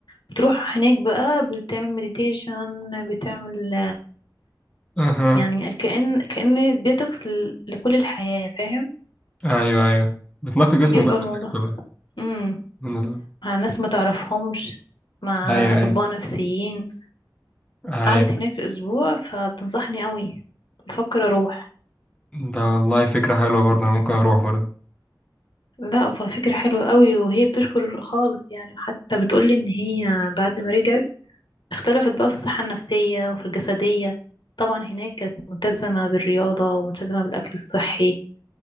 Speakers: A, on the left; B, on the left.
A: بتروح هناك بقى بتعمل مديتيشن بتعمل
B: اها
A: يعني كأن كأن ديتوكس لكل الحياة فاهم
B: ايوه ايوه بتنقي جسمك
A: بيبقى
B: بقى من
A: الموضوع
B: الحاجات دي بقى.
A: امم
B: من ال...
A: مع ناس ما تعرفهمش مع
B: ايوه
A: أطباء
B: ايوه
A: نفسيين
B: ايوه
A: قعدت هناك أسبوع فبتنصحني قوي بفكر أروح
B: ده والله فكرة حلوة برضه أنا ممكن أروح برضه
A: لا ففكرة حلوة قوي وهي بتشكر خالص يعني حتى بتقولي إن هي بعد ما رجعت اختلفت بقى في الصحة النفسية وفي الجسدية طبعا هناك كانت ملتزمة بالرياضة وملتزمة بالأكل الصحي